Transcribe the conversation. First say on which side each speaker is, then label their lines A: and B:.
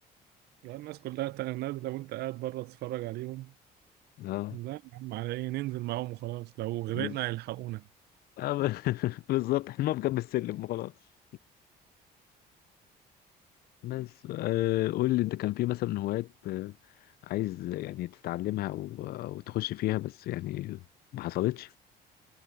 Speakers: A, on the right; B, on the left.
A: لو الناس كلها ت- نازلة وأنت قاعد بره تتفرج عليهم
B: اه
A: لا يا عم على إيه ننزل معاهم وخلاص لو غرقنا
B: بز...
A: هيلحقونا
B: آه، ب- <laughs> بالظبط احنا بجنب السلم وخلاص بس آه قول لي انت كان في مثلا هوايات آه، عايز يعني تتعلمها او آه، أو تخش فيها بس يعني ما حصلتش